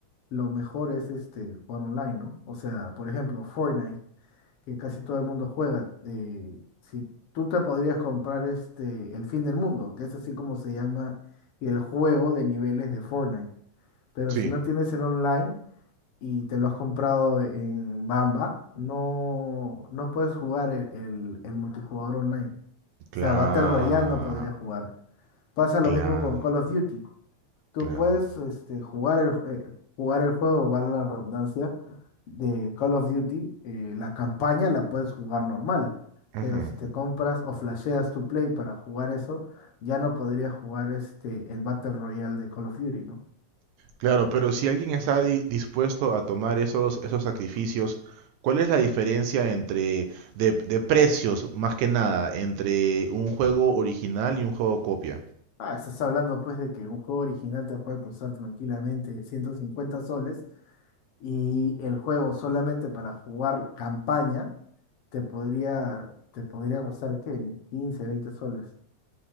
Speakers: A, on the left; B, on the right.
A: lo mejor es este, jugar online, ¿no? O sea, por ejemplo, Fortnite, que casi todo el mundo juega. eh, si tú te podrías comprar este, El Fin del Mundo, que es así como se llama el juego de niveles de Fortnite. Pero
B: Sí.
A: si no tienes el online, y te lo has comprado en Bamba, no, no puedes jugar el, el- el multijugador online.
B: Claro,
A: O sea, Battle Royale no podría jugar. Pasa lo
B: claro,
A: mismo con Call of Duty. Tú
B: claro.
A: puedes este, jugar el, ju- eh, jugar el juego, vale la redundancia, de Call of Duty. eh, la campaña la puedes jugar normal.
B: Ujú.
A: Pero si te compras o flasheas tu play para jugar eso, ya no podrías jugar este, el Battle Royale de Call of Duty, ¿no?
B: Claro, pero si alguien está di- dispuesto a tomar esos, esos sacrificios, ¿cuál es la diferencia entre de, de precios, más que nada, entre un juego original y un juego copia?
A: Ah, estás hablando pues de que un juego original te puede costar tranquilamente 150 soles y el juego solamente para jugar campaña te podría, te podría costar ¿qué? Ni 15, 20 soles.